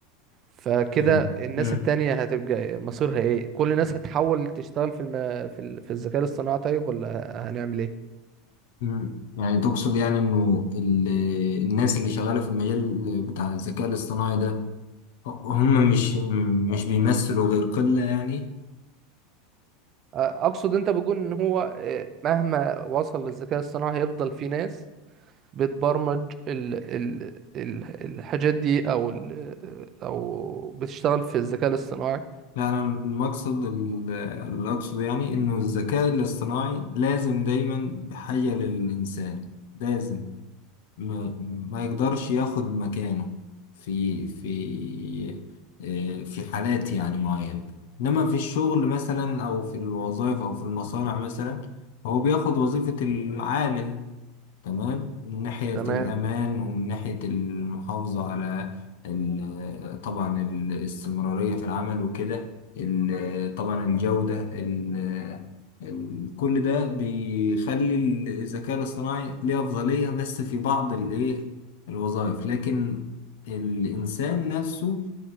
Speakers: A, on the right; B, on the left.
A: فكده
B: مم.
A: الناس
B: مم.
A: التانية هتبقى مصيرها ايه كل الناس هتحاول تشتغل في الم... في, ال... في الذكاء الاصطناعي طيب ولا هنعمل ايه أ-
B: مم. يعني تقصد يعني انه ال- الناس اللي شغالة في المجال بتاع الذكاء الاصطناعي ده هم مش مش بيمثلوا غير قلة يعني
A: اقصد انت بتقول ان هو آه، مهما وصل للذكاء الاصطناعي هيفضل في ناس بتبرمج ال... ال... ال... الحاجات دي او ال... او بتشتغل في الذكاء الاصطناعي
B: لا انا المقصد ال- اللي اقصده يعني انه الذكاء الاصطناعي لازم دايما بحاجة للانسان لازم ما, ما يقدرش ياخد مكانه في في آه، في حالات يعني معينة إنما في الشغل مثلا أو في الوظائف أو في المصانع مثلا هو بياخد وظيفة العامل تمام من ناحية
A: تمام
B: الأمان ومن ناحية المحافظة على ال- طبعا الاستمرارية في العمل وكده ال- طبعا الجودة ال- ال- كل ده بيخلي الذكاء الاصطناعي ليه أفضلية بس في بعض الإيه الوظائف لكن الإنسان نفسه